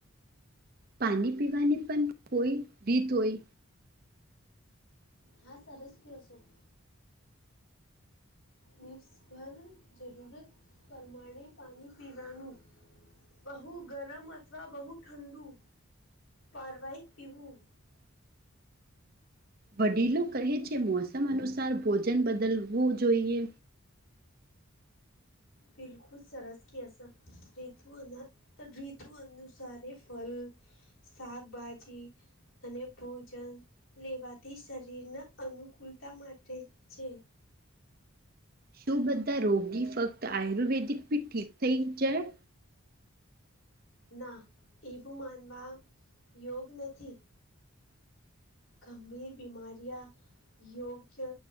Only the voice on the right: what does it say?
પાણી પીવાની પણ કોઈ રીત હોય
વડીલો કહે છે મોસમ અનુસાર ભોજન બદલવું જોઈએ
શું બધા રોગી ફક્ત આયુર્વેદિક ભી ઠીક થઈ જાય